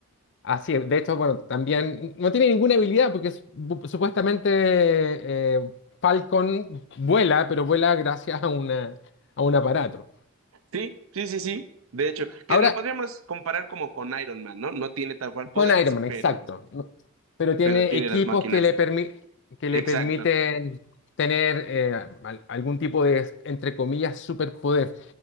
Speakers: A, on the left; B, on the right.
A: Así es. De hecho, bueno, también no tiene ninguna habilidad porque es- bu- supuestamente eh, Falcon vuela, pero vuela gracias a una, a un aparato.
B: Sí, sí, sí, sí. De hecho, que
A: Ahora,
B: lo podríamos comparar como con Iron Man, ¿no? No tiene tal cual poderes,
A: con Iron Man,
B: pero,
A: exacto. No- Pero tiene
B: pero Sí. tiene
A: equipos
B: las máquinas.
A: que le permi- que le
B: Exacto,
A: permiten tener eh, al- algún tipo de, entre comillas, superpoder.